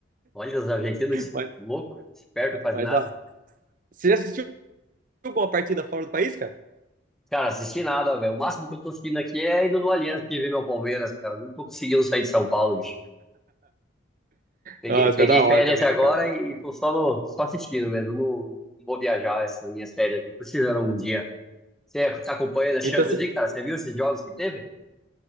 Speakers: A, in the centre; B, on the right.
A: olha os argentinos,
B: Mas,
A: louco, esperto, quase
B: mas
A: nada.
B: dá. Você já assistiu alguma partida fora do país, cara?
A: Cara, assisti nada, velho. O máximo que eu tô assistindo aqui é indo no Allianz que ver meu Palmeiras, cara. Não tô conseguindo sair de São Paulo, bicho. Peguei,
B: Ah, isso
A: peguei
B: é da
A: férias
B: hora também,
A: agora
B: né, cara?
A: e, e tô só, no, só assistindo mesmo. Não, não vou viajar essas minhas férias aqui, precisando algum dia. Você tá acompanhando a Champions
B: Então, cê-
A: League, cara? Você viu esses jogos que teve?